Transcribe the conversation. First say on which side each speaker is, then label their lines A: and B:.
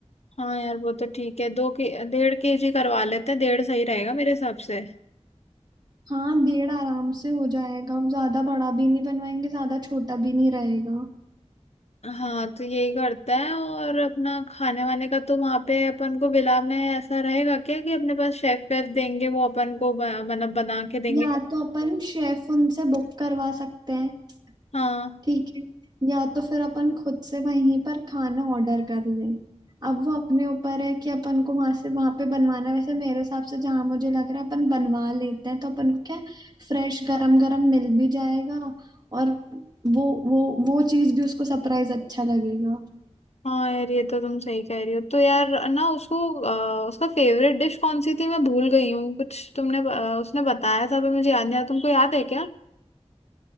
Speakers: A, on the left (about 65°); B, on the right (about 35°).
A: हाँ यार वो तो ठीक है दो के डेढ़ केजी करवा लेते हैं डेढ़ सही रहेगा मेरे हिसाब से
B: हाँ डेढ़ आराम से हो जाएगा ज्यादा बड़ा भी नहीं बनवाएंगे ज्यादा छोटा भी नहीं रहेगा
A: हाँ तो यही करता है और अपना खाने वाने का तो वहां पे अपन को विला में ऐसा रहेगा क्या कि अपने पास शेफ वेफ देंगे वो अपन को ब- मतलब बना के देंगे
B: या तो अपन शेफ उनसे बुक करवा सकते हैं
A: हाँ
B: ठीक है या तो फिर अपन खुद से वहीं पर खाना ऑर्डर कर लें अब वो अपने ऊपर है कि अपन को वहां से वहां पे बनवाना है। वैसे मेरे हिसाब से जहां मुझे लग रहा है अपन बनवा लेते हैं तो अपन को क्या फ्रेश गरम गरम मिल भी जाएगा और वो वो वो चीज भी उसको सरप्राइज अच्छा लगेगा
A: हाँ यार ये तो तुम सही कह रही हो तो यार ना उसको अ, उसका फेवरेट डिश कौन सी थी मैं भूल गई हूँ कुछ तुमने ब- अ, उसने बताया था पर मुझे याद नहीं आया तुमको याद है क्या